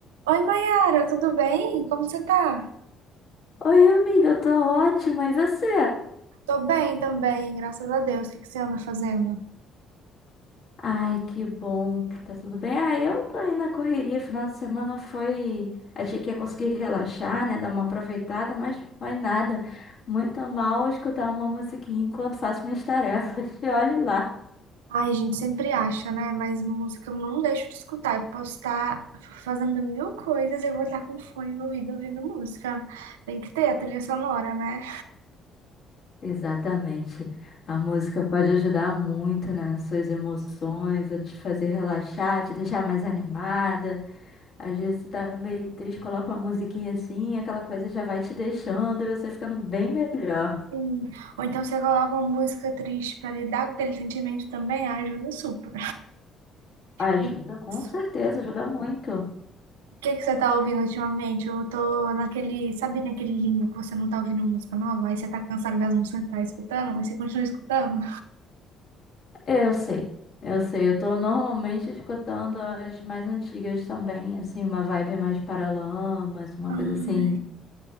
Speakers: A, on the right; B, on the left.
A: Oi, Mayara, tudo bem? Como você tá?
B: Oi, amiga, eu tô ótima. E você?
A: Tô bem também, graças a Deus. O que que você anda fazendo?
B: Ai, que bom que tá tudo bem. Ah, eu tô aí na correria. Final de semana foi. Achei que ia conseguir relaxar, né? Dar uma aproveitada, mas foi nada. Muito mal escutar uma musiquinha enquanto faço minhas tarefas. <laughs> E olhe lá.
A: Ai, a gente sempre acha, né? Mas música eu não deixo de escutar. Eu posso estar fazendo mil coisas, eu vou estar com fone no ouvido ouvindo música. Tem que ter a trilha sonora, né?
B: Exatamente. A música pode ajudar muito, né, nas suas emoções, a te fazer relaxar, te deixar mais animada. Às vezes tu tá meio triste, coloca uma musiquinha assim, e aquela coisa já vai te deixando e você ficando bem melhor.
A: Sim. Ou então você coloca uma música triste pra lidar com aquele sentimento também, ajuda super.
B: Ajuda,
A: <laughs>
B: com certeza, ajuda muito.
A: O que que você tá ouvindo ultimamente? Eu tô naquele, sabe naquele limbo que você não tá ouvindo música nova, aí você tá cansado das músicas que tá escutando, mas você continua escutando?
B: Eu sei, eu sei. Eu tô normalmente escutando as mais antigas também, assim, uma vibe mais Paralamas, uma
A: Ah,
B: coisa assim,